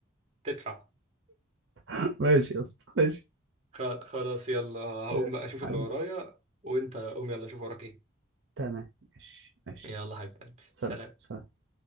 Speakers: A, on the right; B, on the right.
A: تدفع
B: <laughs> ماشي يا اسطى ماشي
A: خ- خلاص يلا هقوم
B: ماشي
A: بقى اشوف
B: حبيبي
A: اللي ورايا وانت قوم يلا شوف وراك ايه
B: تمام ماشي ماشي
A: يلا حبيبي
B: سلام
A: سلام
B: سلام